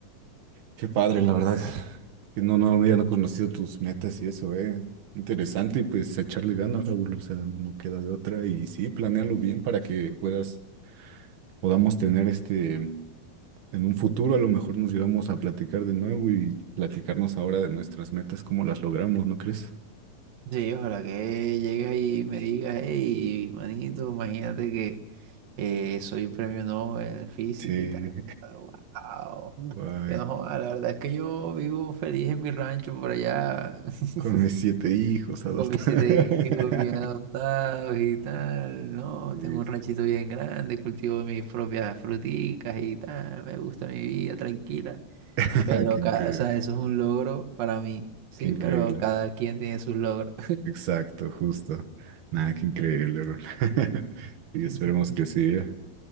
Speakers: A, on the right; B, on the right.
A: Qué padre, la verdad. Que no, no había no conocido tus metas y eso, ¿eh? Interesante y pues echarle ganas, Raúl, o sea, no queda de otra y sí, planéalo bien para que puedas, podamos tener este, en un futuro a lo mejor nos llegamos a platicar de nuevo y platicarnos ahora de nuestras metas, cómo las logramos, ¿no crees?
B: Sí, ojalá que llegues ahí y me digas, hey, manito, imagínate que Eh, soy premio Nobel en física
A: Sí.
B: y tal. Wow.
A: <laughs> Ay,
B: Yo no, joda, la verdad es que yo vivo feliz en mi rancho por allá, <laughs>
A: con mis siete hijos adoptados.
B: con mis siete
A: <laughs>
B: hijos bien adoptados y tal, ¿no?
A: Sí,
B: Tengo un
A: sí.
B: ranchito bien grande, cultivo mis propias fruticas y tal, me gusta mi vida tranquila.
A: <laughs>
B: Pero,
A: qué
B: ca-
A: increíble.
B: o sea, eso es un logro para mí, sí,
A: Qué increíble.
B: pero cada quien tiene sus logros.
A: Exacto, justo. Nada, qué increíble, bro. <laughs> Y
B: <laughs>
A: esperemos que sí, ¿eh?